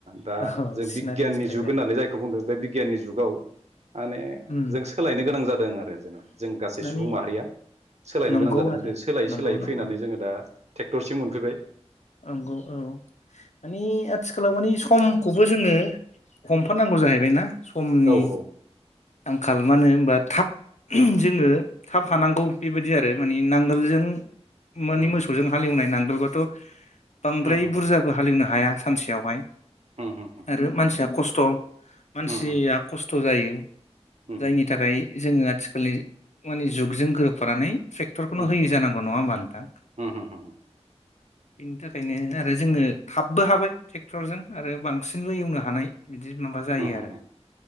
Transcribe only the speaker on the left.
औ
सिनारिया सोलायबाय
उम
माने
नंगौ
आरो
नंगौ
नंगौ
नंगौ औ माने आथिखालाव माने समखौबो जोङो हमफानांगौ जाहैबाय ना समनि
आंखाल मानो होमबा थाब जोङो थाब हानांगौ बेबायदि आरो माने नांगोलजों मानि
मोसौजों हालएवनाय नां नंगौथ' बांद्राय
बुरजाबो हालेवनो हाया। सानसेयावहाय
आरो मानसिया खस्थ थ' मानसिया
खस्त थ' जायो।
जायनि थाखाय जोङो आथिखालनि माने जुगजों गोरोबफानानै ट्रेक्टरखौनो
होयि जानांगौ नङा होमबा नोंथां
बिनि थाखायनो आरो जोङो थाबबो हाबाय ट्रेक्टरजों आरो बांसिनबो एवनो हानाय बिदि माबा जायो
आरो